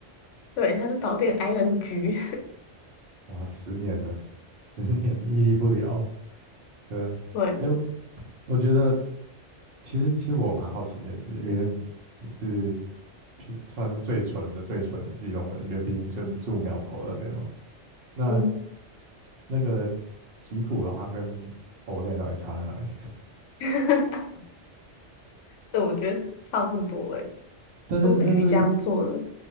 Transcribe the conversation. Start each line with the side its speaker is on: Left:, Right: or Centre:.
Left: 对，它是导电 ING，
Right: 哇，十年了，十年了屹立不了，对不对？
Left: <laughs> 对，
Right: 哎，我觉得其实其实我蛮好奇一件事，因为你是算是最纯的最纯的基隆人，因为毕竟就住庙口那边嘛。那
Left: 嗯，
Right: 那个吉古拉跟欧 l e 到底差在哪里？
Left: <laughs> 对，我觉得差不多诶，
Right: <laughs> 但是但是
Left: 都是鱼浆做的，